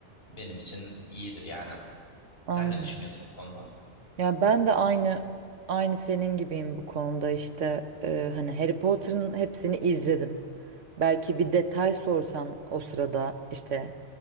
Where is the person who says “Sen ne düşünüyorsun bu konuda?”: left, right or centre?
Left